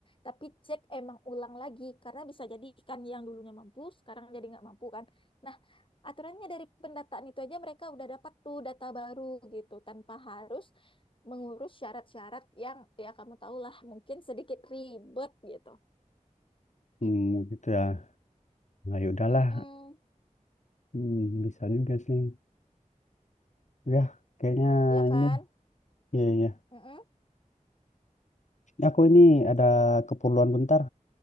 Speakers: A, on the left; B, on the left.
A: tapi cek emang ulang lagi karena bisa jadi kan yang dulunya mampu sekarang jadi nggak mampu kan. Nah, aturannya dari pendataan itu aja mereka udah dapat tuh data baru gitu tanpa harus mengurus syarat-syarat yang ya kamu tahulah mungkin sedikit ribet gitu.
B: hmm, gitu ya. Nah, ya udahlah.
A: Mm-mm.
B: Hmm, bisa juga sih. Ya, kayaknya
A: Ya kan?
B: ini. Iya, ya
A: Mm-mm.
B: Aku ini ada keperluan bentar.